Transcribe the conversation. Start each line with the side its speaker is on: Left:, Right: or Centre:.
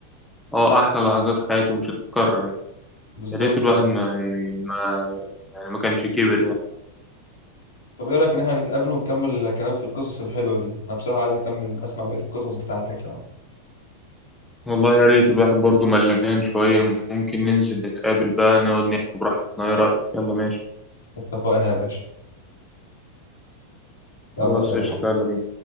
Centre: اه احلى لحظات حياته مش هتتكرر يعني.
Left: بالظبط
Centre: يا ريت الواحد
Left: والله
Centre: ما ما يعني ما كانش كبر يعني
Left: طب ايه رايك ان احنا نتقابل ونكمل كلام في القصص الحلوه دي انا بصراحه عايز اكمل اسمع بقيه القصص بتاعتك يعني
Centre: والله يا ريت الواحد برضه ملان شوية ممكن ننزل نتقابل بقى نقعد نحكي براحتنا ايه رأيك يلا ماشي
Left: اتفقنا يا باشا يلا
Centre: خلاص
Left: سلام
Centre: قشطة يلا بينا